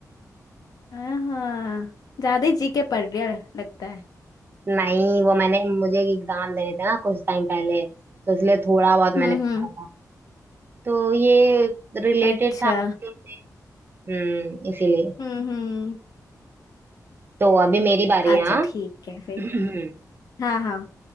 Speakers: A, on the left; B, on the right.
A: हाँ ज्यादा ही जी के पढ़ रही हो लगता है
B: नहीं वो मैंने मुझे एग्जाम देने थे ना कुछ टाइम पहले तो इसलिए थोड़ा बहुत
A: हम्म
B: मैंने
A: हम्म
B: पढ़ा था तो ये रिलेटेड
A: अच्छा
B: था आपसे। हम्म इसीलिए
A: हम्म हम्म
B: तो अभी मेरी बारी
A: अच्छा
B: है हाँ
A: ठीक है फिर
B: <clears throat>
A: हाँ हाँ